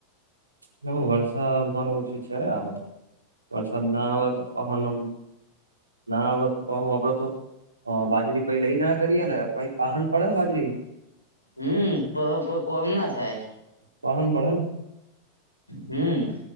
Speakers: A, on the right; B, on the left.
A: હ વરસાદ મારો ઓછી જ્યારે આવે વરસાદ ના આવે તો <inaudible> ના આપડ તો પહુ આપડ તો હ બાજરી પઈ લઈ ના કરીએ ને પ પાહડ પડે ને બાજરી.
B: હમ તો કોઈ કોમ ના થાય
A: પાહન પન <inaudible>
B: હમ